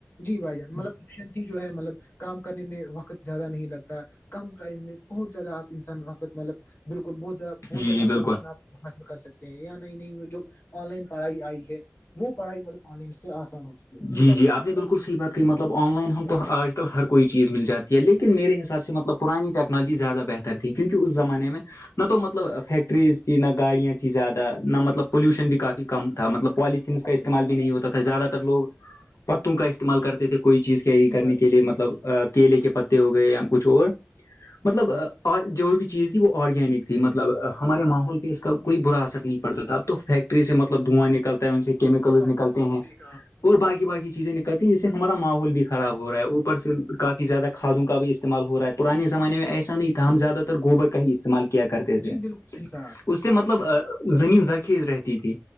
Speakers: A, on the left; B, on the left.
A: جی بھائی جان مطلب شن جو ہے مطلب کام کرنے میں وقت زیادہ نہیں لگتا کم کرائم میں بہت زیاد آپ انسان وقت مطلب بالکل بہت زیادہ بہت
B: جی
A: ساری
B: جی بالکل
A: حال کر سکتے ہیں یا نئی نئی جو آن لائن پڑھائی آئی ہے وہ پڑھائی مطلب آن لائن سے آسان ہو چک ہے
B: جی
A: بھائی
B: جی
A: جان
B: آپ نے بالکل صح بات کہ مطلب آن لائن ہم کو آج کل ہر کوئی چیز مل جاتی ہے لیکن میرے حساب سے مطلب پرانی ٹیکنالوجی زیادہ بہتر تھی کیونکہ اس زمانے میں نہ تو مطلب فیکٹریز تھی نہ گاڑیاں تھیں زیادہ نہ مطلب پولوشن بھی کافی کم تھا مطلب پوالتھینس
A: بالکل
B: کا استعمال
A: صحیح کہا
B: بھی نہیں ہوتا تھا زیادہ تر لوگ پتوں کا استعمال کرتے تھے کوئی چیز کیری
A: جی
B: کرنے
A: بھائی
B: کے لیے مطلب کیلے کے پتے ہو گئے یا کچھ اور مطلب
A: جی بھائی
B: اور جو بھی چیز تھی وہ آرگینک تھی مطلب ہمارے ماحول پہ اس کا کوئی برا اثر نہیں پڑتا تھا اب تو فیک فٹری سے مطلب دھواں نکلتا ہے ان سے کیمیکلز
A: جی بھائی
B: نکلتے
A: جان بالکل
B: ہیں
A: صحیح کہا
B: اور باقی بای چیزیں نکلتی جس سے ہمارا ماحول بھی خراب ہو رہا ہے اوپر سے کافی زیادہ کھادوں کا بھی استعمال ہو رہا ہے پرانے زمانے میں ایسا نہیں تھا ہم زیاہ تر گوبر کا ہی استعمال کیا کرتے تھے
A: جی بالکل صحیح کہا آپ
B: اس سے مطلب زمین زرخیز رہتی تھی